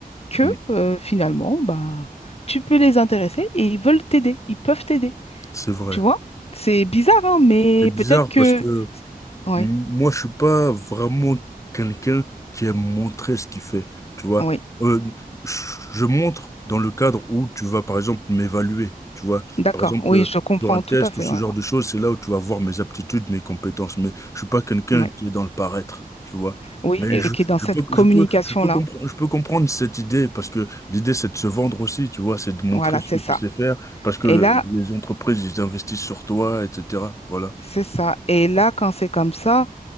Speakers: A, on the left; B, on the left.
A: que
B: mm.
A: euh, finalement, bah, tu peux les intéresser et ils veulent t'aider, ils peuvent t'aider.
B: C'est vrai.
A: Tu vois? C'est bizarre, hein, mais
B: C'est bizarre
A: peut-être que...
B: parce que
A: Oui,
B: Moi, je suis pas vraiment quelqu'un qui aime montrer ce qu'il fait, tu vois.
A: oui,
B: Euh, je je montre dans le cadre où tu vas, par exemple, m'évaluer, tu vois.
A: d'accord.
B: Par exemple,
A: Oui,
B: euh,
A: je comprends
B: sur un test
A: tout à fait.
B: ou ce
A: Ouais.
B: genre de choses, c'est là où tu vas voir mes aptitudes, mes compétences. Mais je suis pas quelqu'un
A: Ouais.
B: qui est dans le paraître, tu vois.
A: Oui,
B: Mais
A: et
B: je,
A: qui est dans
B: je
A: cette
B: peux,
A: communication-là.
B: je peux, je peux comprendre, je peux comprendre cette idée parce que l'idée, c'est de se vendre aussi, tu vois, c'est de montrer
A: Voilà,
B: ce
A: c'est
B: que tu
A: ça.
B: sais faire parce que
A: Et là,
B: les entreprises, ils investissent sur toi, etc. Voilà.
A: c'est ça. Et là, quand c'est comme ça...